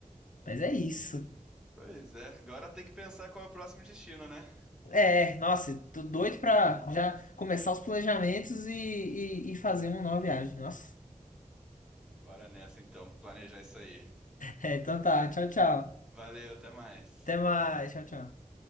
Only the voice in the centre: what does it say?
Pois é, agora tem que pensar qual é o próximo destino, né?
Bora nessa então, planejar isso aí.
Valeu, até mais.